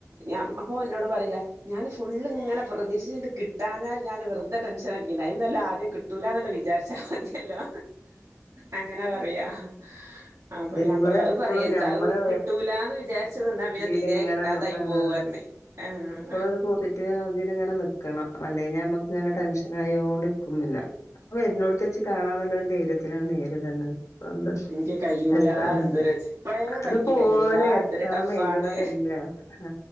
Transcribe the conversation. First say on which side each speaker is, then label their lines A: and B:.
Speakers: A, on the right; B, on the left.
A: ഞാൻ അപ്പൊ ഇന്നോട് പറീലെ ഞാന് ഫുള്ള്ങ്ങനെ പ്രതീക്ഷിഞ്ഞിട്ട് കിട്ടാഞ്ഞാൽ ഞാൻ വെറ്തെ ടെൻഷനടിക്കേണ്ടേ അയിനുന്നല്ലേ ആദ്യം കിട്ടൂലാന്നാണ്ട് വിചാരിച്ചാ മതിയല്ലോ അങ്ങനെ പറയാ അപ്പൊ
B: നമ്മളെപ്പളും
A: ഞാൻ പറയാ അത് പറയര്ത്
B: ഞമ്മള്
A: അത് കിട്ടൂലാന്ന് വിചാരിച്ച് നിന്നാ പിന്നെ തീരെ
B: ലിങ്ങനെന്ന്
A: കിട്ടാതായി
B: ആഹ്
A: പോവും പറഞ്ഞ് ആഹ്
B: എപ്പളോര് പോസിറ്റീവ് എനർജീല്ങ്ങനെ നിക്കണം അല്ലേഞ്ഞാ ഞമ്മക്ക് ഇങ്ങനെ ടെൻഷനായൊണ്ട്ക്കും പിന്നെ അത് വര്നോട്ത്തെച്ച് കാണാന്ന്ള്ളോര് ധൈര്യത്തിലാണ്ട് നേരിണ്ടെന്നെ അതെന്താ
A: എനിക്ക് കയ്യൂല
B: എത്താ
A: എന്തൊരു ഇപ്പളേ പറയും
B: അത്പ്പോല്
A: എനിക്ക് കയ്യൂല
B: എക്സാമെഴ്ത്ണതല്ലേ
A: എന്തൊരു ടഫാണ്
B: ഹേ